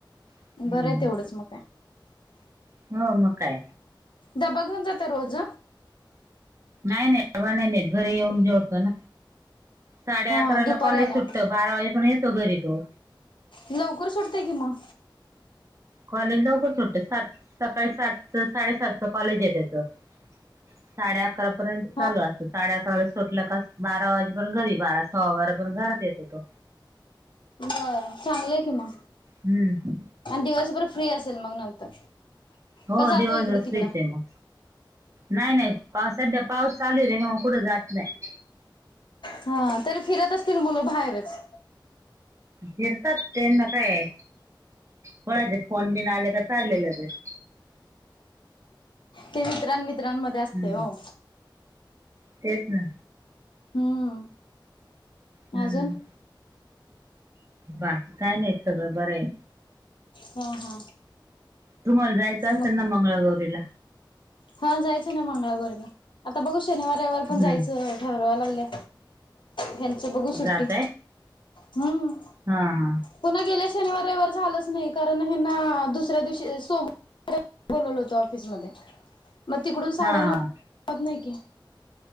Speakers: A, on the right; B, on the left.
A: हम्म
B: बरं आहे तेवढंच मग काय
A: हो, मग काय?
B: डब्बा घेऊन जाता रोज?
A: नाही नाही डब्बा नाही न्हेत घरी येऊन जेवतो ना, साडे
B: हा
A: अकराला
B: दुपारी
A: कॉलेज
B: आल्यावर
A: सुटत बारा वाजे पर्यत येतो घरी तो.
B: लवकर सुटतय की म.
A: कॉलेज लवकर सुटत सात सकाळी सातच साडेसातच कॉलेज आहे तेच साडे आकरा पर्यंत
B: बर
A: चालू असत साडे आकराला सुटल का बारा वाजेपर्यत घरी बारा सव्वा बारापर्यत घरात येतो तो.
B: बरं चांगल आहे कि म.
A: हुं,
B: आण दिवसभर फ्री असेल मंग नंतर?
A: हो
B: का जातो
A: दिवसभर
B: इकडं तिकडं
A: फ्री च आहे म. नाही नाही पावसात ड पाऊस चालू आहे तेनी म कुठं जात नाही.
B: हा तरी फिरत असतील मुलं बाहेरच?
A: फिरतात त्यांना काय, कोणाचे फोन बिन आले का चालले लगेच.
B: ते मित्रां मित्रांमध्ये आसतय
A: हम्म
B: ओ.
A: तेच ना,
B: हम्म
A: हुं,
B: अजून
A: बाकी काय नाही, सगळं बरं आहे.
B: हा हा,
A: तुम्हाला जायचं आसन
B: मग
A: ना मंगळागौरीला?
B: हा जायचं ना मंगळागौरीला, आता बघू शनिवार, रविवार, पण
A: हम्म
B: जायचं ठरवाय लागले ह्यांच बघू सुट्टी
A: जातय
B: हुं,
A: हा हा,
B: पुन्हा गेल्या शनिवार रवीवार झालंच नाही, कारण ह्यांना दुसऱ्या दिवशी सोम बोलवल होत ऑफिसमध्ये, म तिकडून
A: हा
B: साडेनऊ
A: हा
B: <unintelligible> जमत नाही की,